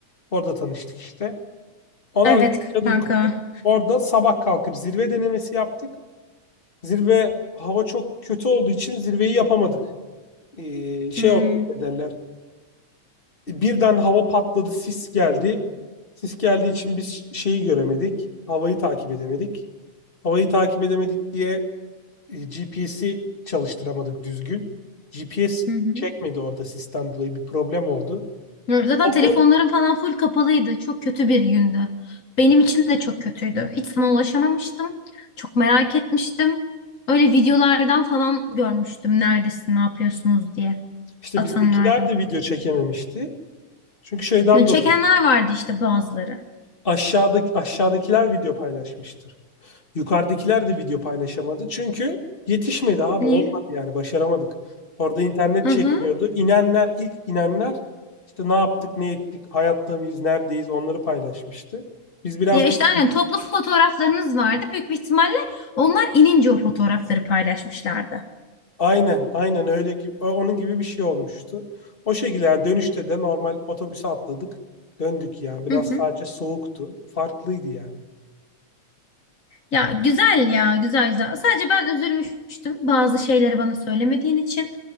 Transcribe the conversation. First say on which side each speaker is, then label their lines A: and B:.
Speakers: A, on the left; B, on the left.
A: Orada tanıştık işte. Ona
B: Evet
A: çadır
B: kanka.
A: kurduk. Orada sabah kalkıp zirve denemesi yaptık. Zirve hava çok kötü olduğu için zirveyi yapamadık. Ee, şey
B: Hı
A: oldu ne derler. Birden hava patladı, sis geldi. Sis geldiği için biz şeyi göremedik. Havayı takip edemedik. Havayı takip edemedik diye GPS'i çalıştıramadık düzgün. GPS
B: hı.
A: çekmedi orada sisten dolayı bir problem oldu.
B: Hı, Zaten
A: Ondan
B: telefonlarım falan full kapalıydı. Çok kötü bir gündü. Benim için de çok kötüydü. Hiç sana ulaşamamıştım. Çok merak etmiştim. Öyle videolardan falan görmüştüm. Neredesin, ne yapıyorsunuz diye.
A: işte
B: Atanlardan.
A: bizdekiler de video çekememişti. Çünkü şeyden
B: Ya Çekenler
A: dolayı
B: vardı işte bazıları.
A: Aşağıdaki, aşağıdakiler video paylaşmıştır. Yukarıdakiler de video paylaşamadı. Çünkü yetişmedi abi
B: Niye?
A: olmadı yani başaramadık. Orada internet
B: Hı
A: çekmiyordu.
B: hı.
A: İnenler ilk inenler işte ne yaptık ne ettik hayatta mıyız neredeyiz onları paylaşmıştı. Biz biraz
B: Ya işte
A: ge-
B: aynen toplu fotoğraflarınız vardı. Büyük bir ihtimalle onlar inince o fotoğrafları paylaşmışlardı.
A: aynen aynen öyle gibi onun gibi bir şey olmuştu. O şekilde yani dönüşte de normal otobüse atladık döndük yani biraz
B: Hı hı.
A: sadece soğuktu farklıydı yani.
B: Ya güzel ya güzel güzel. Sadece ben üzülmüştüm bazı şeyleri bana söylemediğin için.